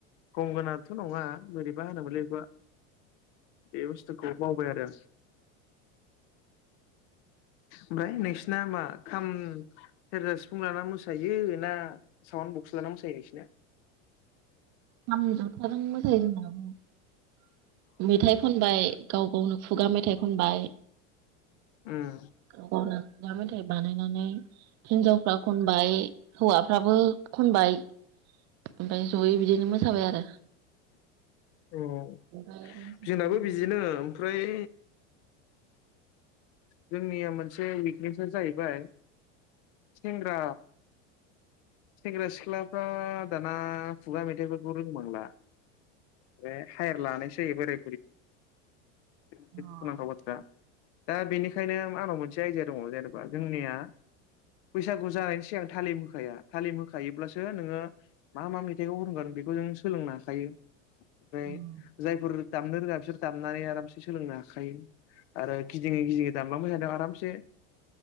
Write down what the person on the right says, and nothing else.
खाम, जथाजों मो सायो जोंनाबो। मेथाइ खनबाय गाव गावनो खुगा मेथाइ खनबाय
गाव गावनो। गा मेथाइ बानाय नानै हिन्जावफ्रा खनबाय हौवाफ्राबो खनबाय फाय जयै बिदिनो मोसाबाय आरो।
ओमफ्राय मोसाखांनानै
अ
उम